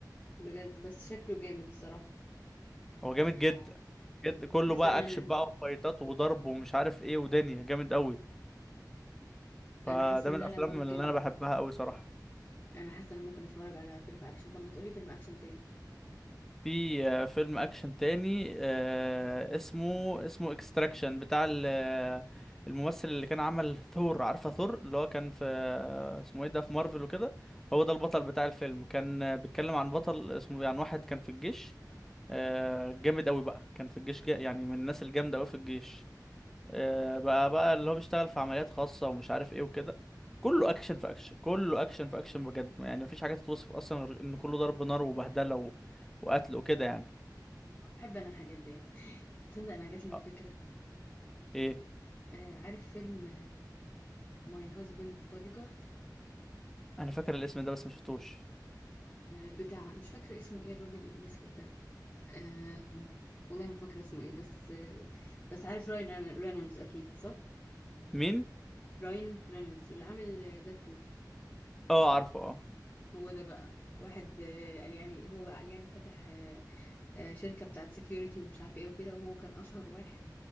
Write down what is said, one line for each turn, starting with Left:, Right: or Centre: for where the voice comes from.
Left: بجد بس شكله جامد الصراحه
Centre: هو جامد جدا
Left: آه.
Centre: جد كله
Left: حاسه
Centre: بقى
Left: ان انا
Centre: اكشن بقى وفايتات وضرب ومش عارف ايه ودنيا جامد قوي فده
Left: انا حاسه ان
Centre: من الافلام
Left: انا ممكن
Centre: اللي انا بحبها قوي صراحة
Left: انا حاسه ان أنا ممكن اتفرج على فيلم اكشن طب ما تقولي فيلم اكشن تاني
Centre: في آه، فيلم اكشن تاني آه، اسمه اسمه اكستراكشن بتاع ال- آه، الممثل اللي كان عمل ثور عارفة ثور اللي هو كان في آه، اسمه ايه ده في مارفل وكده هو ده البطل بتاع الفيلم كان آه، بيتكلم عن بطل اسمه عن واحد كان في الجيش آه، جامد قوي بقى كان في الجيش جا- يعني من الناس الجامدة قوي في الجيش آه، بقى بقى اللي هو بيشتغل في عمليات خاصة ومش عارف ايه وكده كله اكشن في اكشن كله اكشن في اكشن بجد يعني مفيش حاجة تتوصف اصلا غير ان كله ضرب نار وبهدلة و... وقتل وكده يعني
Left: بحب انا الحاجات دي تصدق انا جات لي
Centre: آه،
Left: فكره
Centre: ايه
Left: آه عارف فيلم ماي هازبندز بودي جارد
Centre: انا فاكر الاسم ده بس مشفتوش
Left: بتاع مش فاكره اسمه ايه الراجل الاسود ده آه والله ما فاكرة اسمه ايه بس آه بس عارف راين رينا- رينولدز اكيد صح
Centre: مين
Left: راين رينولدز اللي عامل ديدبول
Centre: اه عارفه اه
Left: هو ده بقى واحد آه، قال يعني هو بقى قال يعني فتح آه، آه، شركة بتاعت سكيورتي ومش عارفة ايه وكده وهو كان اشهر واحد